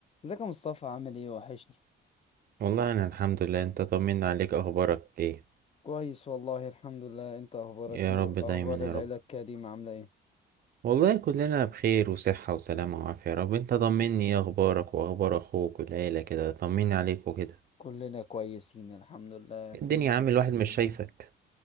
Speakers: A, on the left (about 30°); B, on the right (about 50°).
A: ازيك يا مصطفى عامل ايه وحشني
B: والله انا الحمد لله انت طمنا عليك اخبارك ايه
A: كويس والله الحمد لله انت اخبارك
B: يا
A: ايه واخبار
B: رب دايما يا
A: العيلة
B: رب
A: الكريمة عاملة ايه
B: والله كلنا بخير وصحة وسلامة وعافية يا رب انت طمني ايه اخبارك واخبار اخوك والعيلة كده طمني عليك وكده
A: كلنا كويسين الحمد لله في
B: الدنيا
A: نعم
B: عامل الواحد
A: الحمد
B: مش
A: لله
B: شايفك